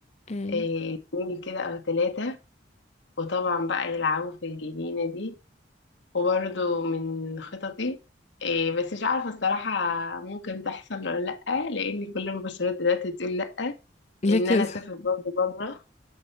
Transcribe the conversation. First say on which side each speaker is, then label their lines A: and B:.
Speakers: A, on the left; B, on the left.
A: مم.
B: إيه، اتنين كده أو تلاتة وطبعا بقى يلعبوا في الجنينة دي وبرضو من خططي إيه، بس مش عارفة الصراحة ممكن تحصل ولا لأ لأن كل المبشرات دلوقتي بتقول لأ
A: ليه
B: إن
A: كده
B: أنا أسافر برضو بره